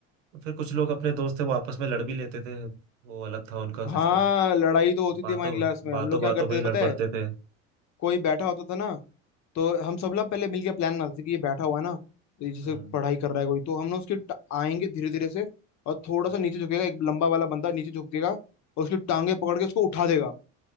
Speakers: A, on the right; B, on the left.
A: फिर कुछ लोग अपने दोस्त थे वो आपस में लड़ भी लेते थे वो अलग था उनका सिस्टम
B: हाँ लड़ाई तो होती
A: बातों
B: थी हमारी क्लास में
A: बातों
B: हम लोग क्या
A: बातों
B: करते
A: में ही
B: थे
A: लड़
B: पता है
A: पड़ते थे
B: कोई बैठा होता था ना तो हम सब लोग पहले मिलके प्लान बनाते थे कि ये बैठा हुआ है ना तो ये जैसे
A: हम्म
B: पढ़ाई कर रहा है कोई तो हम ना उसके ट- आएंगे धीरे धीरे से और थोड़ा
A: हाँ,
B: सा नीचे झुकेगा एक लंबा वाला बंदा नीचे झुकेगा और उसकी
A: हाँ।
B: टांगे पकड़ के उसको उठा देगा